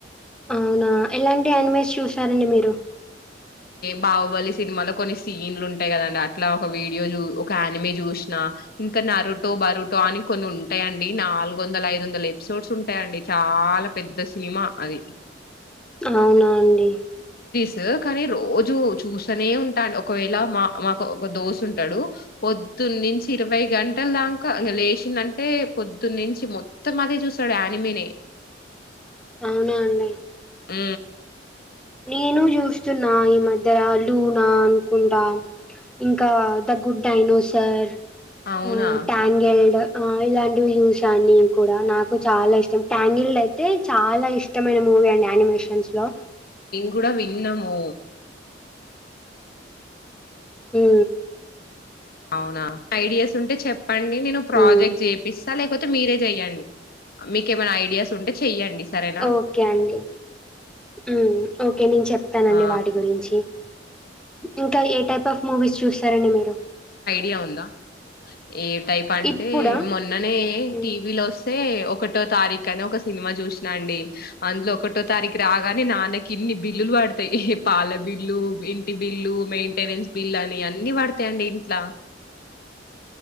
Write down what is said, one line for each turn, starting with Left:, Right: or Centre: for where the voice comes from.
Centre: అవునా ఎలాంటి ఆనిమేస్ చూసారండి మీరు
Left: బాహుబలి సినిమాలో కొన్ని సీన్లు ఉంటాయి కదండి. అట్లా ఒక వీడియో చూ ఒక యానిమీ చూసినా. ఇంకా నరుటో, బరుటో అని కొన్ని ఉంటాయండి. నాలుగు వందల, ఐదు వందల ఎపిసోడ్స్ ఉంటాయండి. చాలా పెద్ద సినిమా అది.
Centre: అవునా అండి
Left: స కాని రోజు చూస్తనే ఉంటాం. ఒకవేళ మా మాకు ఒక దోశ్ ఉంటాడు. పొద్దున్న నుంచి ఇరవై గంటల దాకా లేచిండంటే, పొద్దున్న నుంచి మొత్తం అదే చూస్తాడు యానిమీనే.
Centre: అవునా అండి
Left: ఉ
Centre: నేను చూస్తున్నా ఈ మధ్య లూనా అనుకుంటా ఇంకా ద గుడ్ డైనోసర్
Left: అవునా
Centre: ఆ టాంగెల్డ్ ఆ ఇలాంటివి చూసాన్ని కూడా నాకు చాలా ఇష్టం. ట్యాంగిల్లు అయితే చాలా ఇష్ ఇష్టమైన మూవీ అండి యానిమేషన్స్ లో
Left: కూడ విన్నాము
Centre: హూ
Left: అవునా ఐడియాస్ ఉంటే చెప్పండి నేను ప్రాజెక్ట్
Centre: మ్మ్.
Left: చేపిస్ లేకపోతే మీరే చెయ్యండి. మీకేమైనా ఐడియాస్ ఉంటే చెయ్యండి. సరేనా
Centre: ఓకే అండి ఉమ్ ఓకే నేను చెప్తానండి
Left: ఆ
Centre: వాటి గురించి ఉ ఇంకా ఏ టైప్ ఆఫ్ మూవీస్ చూస్తారండి మీరు
Left: ఇయ ఉందా ఏ టైప్ అంటే
Centre: ఇప్పుడా
Left: మొన్ననే
Centre: మ్మ్.
Left: టీవీలో వస్ టే ఒకటో తారీఖ్ అని ఒక సినిమా చూసినా అండి. అందులో ఒకటో తారీఖు రాగానే, నాన్నకిల్లి బిల్లులు పడతాయి. పాల బిల్లు ఇంటి బిల్లు మ రెన్స్ బిల్ అని అన్ని పడతాయండి ఇంట్లా